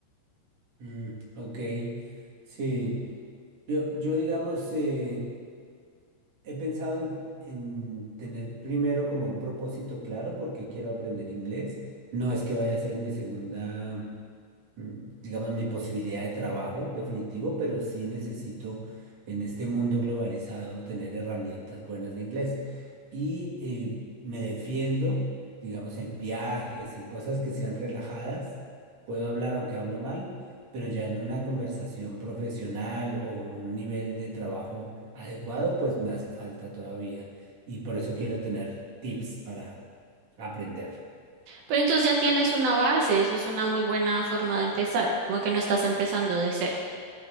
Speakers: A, on the right; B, on the right.
A: Mm, ok, sí. Yo, yo digamos, eh, He pensado en, en tener primero como un propósito claro porque quiero aprender inglés. No es que vaya a ser mi segunda mm, digamos, mi posibilidad de trabajo definitivo, pero sí necesito en este mundo globalizado tener herramientas buenas de inglés. Y eh, me defiendo, digamos, en viajes, en cosas que sean relajadas. Puedo hablar aunque hablo mal, pero ya en una conversación profesional o un nivel de trabajo adecuado, pues me hace falta todavía. Y por eso quiero tener tips para aprender.
B: Pero entonces ya tienes una base, eso es una muy buena forma de empezar, como que no estás empezando de cero.